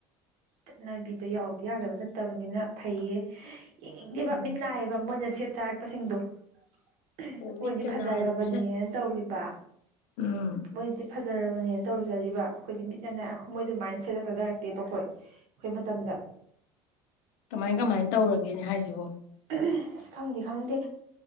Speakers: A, on the right (about 65°); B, on the left (about 70°).
A: ꯆꯠꯅꯕꯤꯗꯣ ꯌꯥꯎꯗ ꯌꯥꯗꯕ ꯅꯠꯇꯕꯅꯤꯅ ꯐꯩꯌꯦ ꯌꯦꯝꯡꯅꯤꯡꯗꯦꯕ
B: ꯎꯝ
A: ꯃꯤꯠ ꯅꯥꯏꯌꯦꯕ ꯃꯣꯏꯅ ꯁꯦꯠ ꯆꯥꯔꯛꯄꯁꯤꯡꯗꯣ ꯑꯍꯝ
B: ꯑꯣ
A: ꯃꯣꯏꯗꯤ
B: ꯃꯤꯠꯀ
A: ꯐꯖꯔꯕꯅꯦꯅ
B: ꯅꯥꯔꯨꯕꯁꯦ
A: ꯇꯧꯔꯤꯕ
B: ꯎꯝ
A: ꯃꯣꯏꯗꯤ ꯐꯖꯔꯕꯅꯦꯅ ꯇꯧꯖꯔꯤꯕ ꯑꯩꯈꯣꯏꯗꯤ ꯃꯤꯠ ꯌꯥꯝ ꯅꯥꯏ ꯑꯩꯈꯣꯏ ꯃꯣꯏꯗꯣꯃꯥꯏꯟ ꯁꯦꯠꯆ ꯆꯥꯖꯔꯛꯇꯦꯕ ꯑꯩꯈꯣꯏ ꯑꯩꯈꯣꯏ ꯃꯇꯝꯗ
B: ꯀꯃꯥꯏ ꯀꯃꯥꯏ ꯇꯧꯔꯒꯦꯅꯦ ꯍꯥꯏꯁꯤꯕꯣ
A: ꯑꯍꯝ ꯑꯁ ꯈꯪꯗꯦ ꯈꯪꯗꯦ